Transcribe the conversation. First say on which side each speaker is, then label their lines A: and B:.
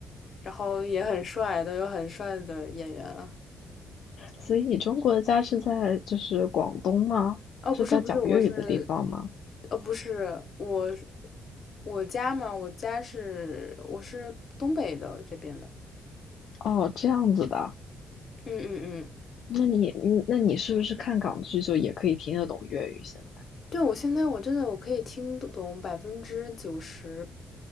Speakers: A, on the left; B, on the left.
A: 然后也很帅，都有很帅的演员啊
B: 所以你中国的家是在就是广东吗？
A: 哦，
B: 是在讲粤语的地方吗？
A: 不是不是，我是，呃，不是，我是我家嘛，我家是我是东北的这边的，
B: 哦，这样子的。
A: 嗯嗯嗯，
B: 那你，嗯那你是不是看港剧就也可以听得懂粤语？现在？
A: 对，我现在我真的我可以听懂百分之九十